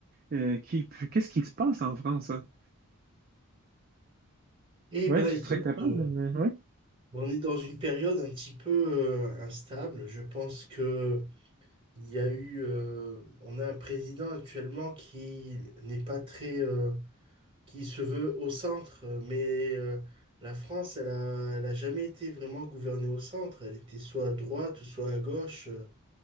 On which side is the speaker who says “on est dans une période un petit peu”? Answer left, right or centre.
Right